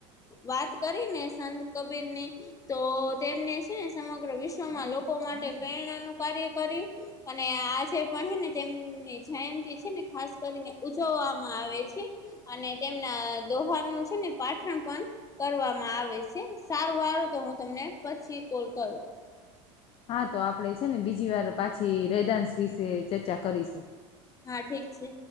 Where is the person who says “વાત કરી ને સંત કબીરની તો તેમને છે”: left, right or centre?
Left